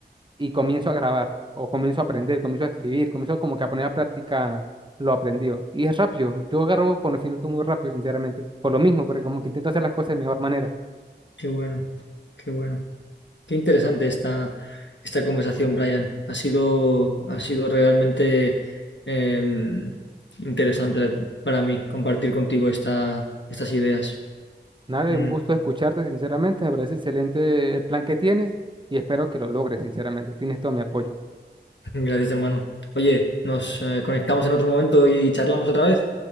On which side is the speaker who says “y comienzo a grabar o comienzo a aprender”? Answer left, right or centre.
Right